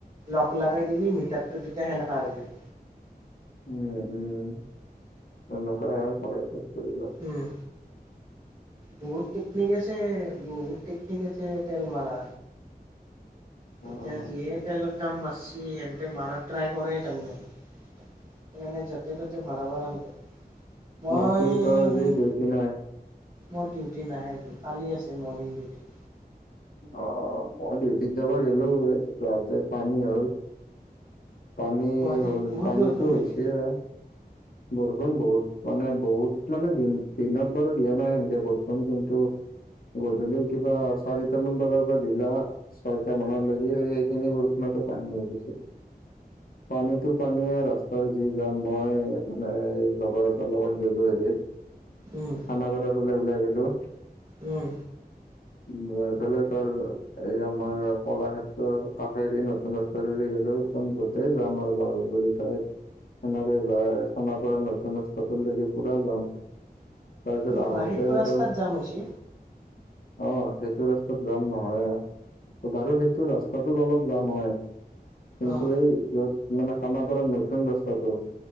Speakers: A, on the right (about 20°); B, on the left (about 65°).
A: লগ লগাই দিলি মিটাৰটো তেতিয়া সেনেকা হৈ যায়।
B: উম উম সেনকাহে কৰে। বস্তুবিলাক
A: উম বহুত টোক টেকনিক আছে, বহুত টেকনিক আছে তেল মাৰা।
B: আহ
A: এতিয়া যিহে তেলৰ দাম বাঢ়ছি সেহতে মৰা ট্ৰাই কৰে তাৰমানে। সেইকাৰণে য'তে ত'তে ভৰাব নালাগে। মই
B: বাকী তোৰ আজি ডিউটি নাই
A: মোৰ ডিউটি নাই আজি কালি আছে মৰ্ণিং ডিউটি।
B: অ মই ডিউটিত যাবা গেলো যাওঁতে পানী হ'ল। পানী
A: গুৱাহাটীত
B: হ'ল
A: বহুত
B: পানীটো
A: বৰষুণ
B: হৈ হৈছে
A: নেকি?
B: এ বৰষুণ বহুত, মানে বহুত মানে দিন দিনত বাৰু দিয়া নাই সেনেকে বৰষুণ দিনটো গধূলি কিবা চাৰিটামান বজাৰ পৰা দিলা। ছয়টা মানৰ লকে সেই সেইখিনি বৰষুণতো পানী হৈ গৈছে। পানীটো পানীয়ে ৰাস্তা যি যাম মই মানে এই লগৰ এটাৰ লগত গেলো হেৰিত
A: উম।
B: খানপাৰাৰ ফালে ওলায় গেলো।
A: উম।
B: <inaudible> যায় ফেললে তাৰ এই আমাৰ কলাক্ষেত্ৰৰ কাষেদি নতুন ৰা চৰিআলি গলো, একদম গোটেই যাম আৰু বাগৰব পাই সেনেকে যায় সোনাপুৰৰ নতুন ৰাস্তালৈকে নতুন পুৰা যাম। তাৰপাছত
A: কি
B: আহোতে
A: কোৱা সেইটো ৰাস্তাত
B: ত
A: যাম হৈছে
B: অঁ সেইটো ৰাস্তাত যাম নহয় এ। ত বাৰু সেইটো ৰাস্তাটোত অলপ জাম হয়। কিন্তু
A: অ',
B: এই য'ত মানে খানাপাৰৰ নতুন ৰাস্তাটো